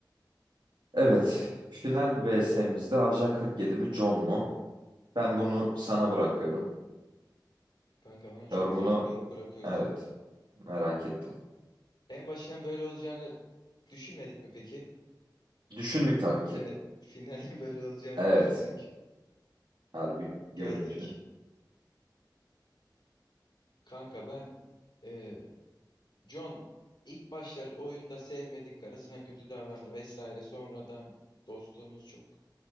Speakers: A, on the right; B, on the left.
A: Evet, final VS'mizde Ajan 47 mi John mu? Ben bunu sana bırakıyorum.
B: Kanka bana çok
A: Yorumunu
B: zor bir yük bırakıyorsun.
A: evet merak ettim.
B: En başından böyle olacağını düşünmedik mi peki?
A: Düşündük tabii ki.
B: Fina- finalin <laughs> böyle olacağını
A: Evet,
B: düşündük.
A: harbi görünce.
B: Geldik. Kanka ben e, John ilk başlar oyunda sevmedik. Karısına kötü davrandı vesaire. Sonradan dostluğumuz çok